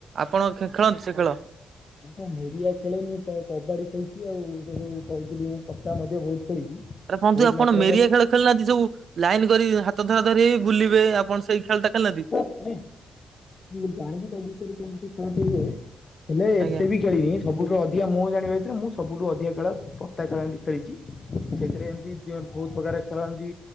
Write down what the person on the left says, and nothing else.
ମୁଁ ତ ମିଡିଆ ଖେଳେନି ତ କବାଡି ଖେଳିଛି ଆଉ, ସେ ଯଉ କହିଥିଲି ମୁଁ ପତା ମଧ୍ୟ ବହୁତ ଖେଳିଛି।
ବହୁତ
ମାତ୍ରାରେ
ଆରେ ଜାଣି ତା ବିଷୟରେମିତିଲେ ହେଲେ ଏତେ
ବି <unintelligible> ଖେଳିନି ସବୁଠୁରୁ ଅଧିକା ମୁଁ ଜାଣିିବା ଭିତରେ ମୁଁ ସବୁଠୁ ଅଧିକା ଖେଳ ପତା ଖେଳାନ୍ତି ଖେଳିଛି। ସେଥିରେ ଏମିତି ବହୁତ ପ୍ରକାର ଖେଳନ୍ତି